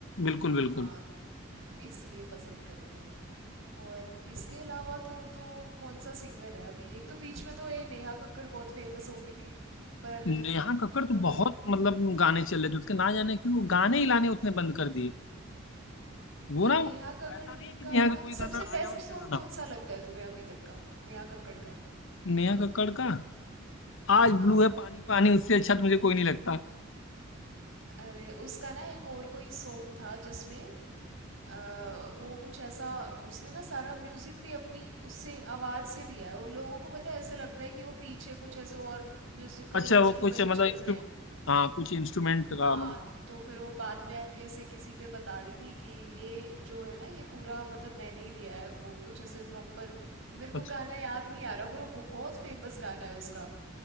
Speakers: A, on the left (about 70°); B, on the right (about 70°).
A: बिल्कुल
B: हाँ
A: बिल्कुल
B: <laughs> इसलिए पसंद करते हैं और इसके अलावा तो और तो कौन सा सिंगर है अभी एक तो बीच में तो ये नेहा कक्कड़ बहुत फेमस हो गई थी पर
A: नेहा कक्कड़ तो
B: अ,
A: बहुत मतलब गाने चल रहे थे उसके ना जाने क्यों वो गाने ही लाने उसने बंद कर दिए वो
B: ये
A: ना
B: नेहा कक्कड़
A: ऐसा नहीं है कि
B: का
A: नेहा का कोई गाना
B: सबसे बेस्ट
A: आया और चला
B: सॉन्ग कौन
A: ना हो।
B: सा लगता है तुम्हें अभी तक का नेहा कक्कड़ का
A: नेहा कक्कड़ का आज
B: हाँ
A: ब्लू है पानी पानी उससे अच्छा तो मुझे कोई नहीं लगता
B: अरे उसका ना एक और कोई सॉन्ग था जिसमें अ, वो कुछ ऐसा उसने ना सारा म्यूजिक भी अपनी उससे आवाज से दिया है और लोगों को पता है ऐसे लगता है कि वो पीछे कुछ ऐसे और म्यूजिकल
A: अच्छा
B: इंस्ट्रूमेंट
A: वो कुछ मतलब
B: चल
A: इंस्ट्रूमेंट
B: रहे हैं
A: हाँ कुछ इंस्ट्रूमेंट
B: हाँ
A: का मतलब
B: तो फिर वो बाद में आके से किसी पे बता रही थी कि ये जो है ना ये पूरा मतलब मैंने ही दिया है वो कुछ ऐसे प्रॉपर मेरे को
A: अच्छा
B: गाना याद नहीं आ रहा पर वो बहुत फेमस गाना है उसका